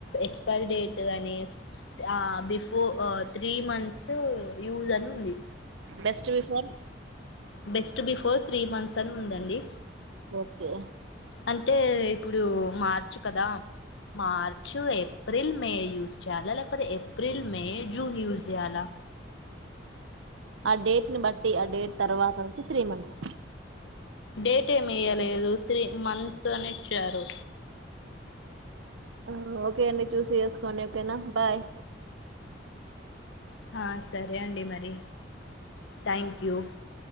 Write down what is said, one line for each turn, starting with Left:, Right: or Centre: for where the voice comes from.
Left: ఎక్స్పైరీ డేట్ అని ని ఆ బిఫోర్ త్రీ మంత్సు యూస్ అన్ ఉంది.
Right: Best before
Left: best before three months అన్ ఉందండి.
Right: ఓకే
Left: అంటే ఇప్పుడు మార్చ్ కదా మార్చ్ ఏప్రిల్ మే యూస్ చేయాలా లేకపోతే ఏప్రిల్ మే జూన్ యూస్ జేయాలా
Right: ఆ డేట్ని బట్టి ఆ డేట్ తర్వాత నుంచి త్రీ మంత్స్
Left: డేట్ ఏమి ఎయ్యలేదు త్రీ మంత్స్ అని ఇచ్చారు.
Right: అ ఓకే అండి చూసి వేసుకోండి ఓకేనా బాయ్.
Left: ఆ సరే అండి మరి థ్యాంక్యూ